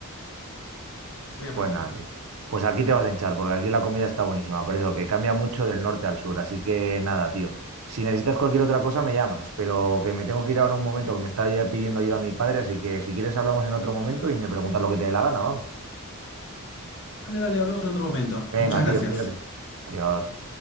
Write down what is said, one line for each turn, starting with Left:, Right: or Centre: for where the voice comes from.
Left: Eh, voy a aprender
Right: Pues nada,
Left: pronto.
Right: tío. Pues aquí
Left: <laughs>
Right: te vas a hinchar, porque aquí la comida está buenísima, por eso que cambia mucho del norte al sur. Así que nada, tío. Si necesitas cualquier otra cosa, me llamas, pero que me tengo que ir ahora un momento, que me está ya pidiendo ayuda mi padre, así que si quieres hablamos en otro momento y me preguntas lo que te dé la gana, vamos.
Left: Dale, dale, hablamos en otro momento.
Right: Venga,
Left: Muchas
Right: tío,
Left: gracias.
Right: cuídate. Adiós.